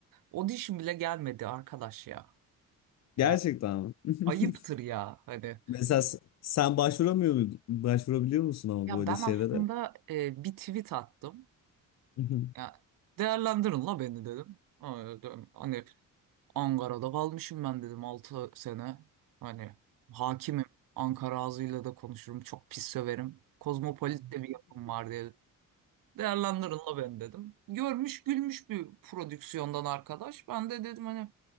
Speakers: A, on the right; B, on the left.
A: Audition bile gelmedi arkadaş ya. Ya
B: Gerçekten mi? <laughs>
A: ayıptır ya hani.
B: Mesela s- sen başvuramıyor muydun? Başvurabiliyor musun ama
A: Ya
B: böyle
A: ben
B: şeylere?
A: aslında e, bir tweet attım.
B: <laughs>
A: Ya değerlendirin la beni dedim. Hani Ankara'da kalmışım ben dedim 6 sene. Hani hakimim. Ankara ağzıyla da konuşurum. Çok pis söverim. Kozmopolit de bir yapım var diye. Değerlendirin la ben dedim. Görmüş gülmüş bir prodüksiyondan arkadaş. Ben de dedim hani